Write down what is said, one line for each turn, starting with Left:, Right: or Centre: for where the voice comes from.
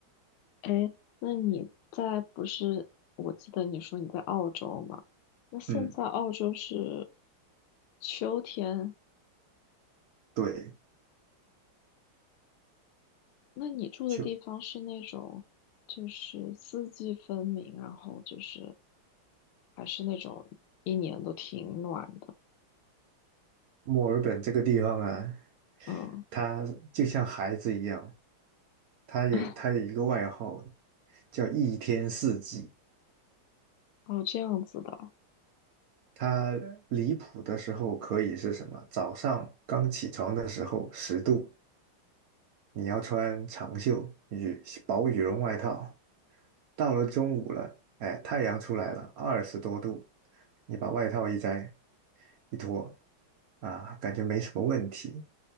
Left: 哎，那你在不是？我记得你说你在澳洲嘛？那现在澳洲是
Right: 嗯，
Left: 秋天，
Right: 对，
Left: 那你住的地方是那种就是四季分明，
Right: 就
Left: 然后就是还是那种一年都挺暖的，
Right: 墨尔本这个地方啊，
Left: 嗯，
Right: 它就像孩子一样，它有它有一个外号
Left: <laughs>
Right: 叫一天四季。
Left: 哦，这样子的，
Right: 它离谱的时候可以是什么？早上刚起床的时候十度，你要穿长袖羽薄羽绒外套。到了中午了，哎，太阳出来了，二十多度，你把外套一摘一脱，啊，感觉没什么问题。